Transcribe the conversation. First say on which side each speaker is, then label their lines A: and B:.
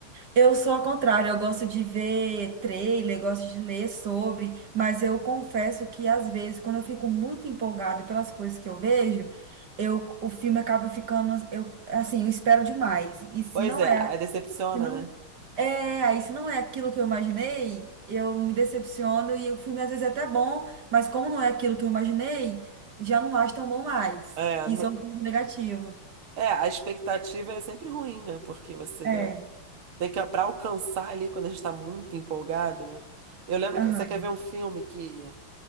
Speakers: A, on the right; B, on the right.
A: Eu sou ao contrário, eu gosto de ver trailer, gosto de ler sobre, mas eu confesso que às vezes, quando eu fico muito empolgada pelas coisas que eu vejo, eu, o filme acaba ficando, eu, assim, eu espero demais. E se
B: Pois
A: não
B: é,
A: é,
B: aí decepciona,
A: se não
B: né?
A: é, aí se não é aquilo que eu imaginei, eu me decepciono e o filme às vezes é até bom, mas como não é aquilo que eu imaginei, já não acho tão bom mais.
B: É,
A: Isso
B: n-
A: é um ponto negativo.
B: é, a expectativa é sempre ruim, né? Porque você
A: É,
B: Tem que, para alcançar ali, quando a gente tá muito empolgado, né? Eu lembro
A: aham.
B: que você quer ver um filme que,